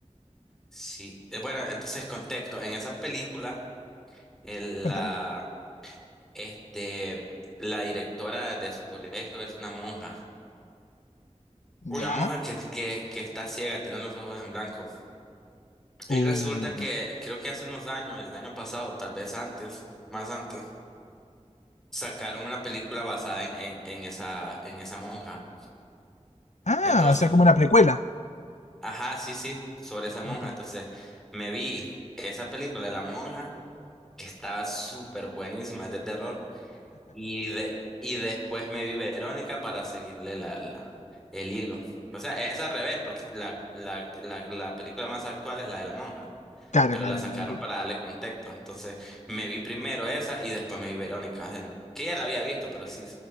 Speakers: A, in the centre; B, on the left.
A: Sí. Eh, Bueno, entonces contexto. En esa película, el-
B: Cuéntanos.
A: la, este, la directora de su colegio es una monja.
B: ¿Ya?
A: Una monja que, que, que está ciega, tiene los ojos en blanco. Y
B: Uh.
A: resulta que creo que hace unos años, el año pasado, tal vez antes, más antes, sacaron una película basada en, en, en esa, en esa monja.
B: Ah,
A: Entonces,
B: o sea, como una precuela.
A: Ajá, sí, sí, sobre esa monja.
B: Entiendo.
A: Entonces, me vi esa película, La Monja, que estaba súper buenísima, es de terror. Y, de, y después me vi Verónica para seguirle la, la- el hilo. O sea, es al revés, porque la, la, la, la película más actual es la de La Monja,
B: <laughs> claro,
A: pero
B: claro.
A: la sacaron
B: claro.
A: para darle contexto. Entonces, me vi primero esa y después me vi Verónica, en- que ya la había visto, pero sí,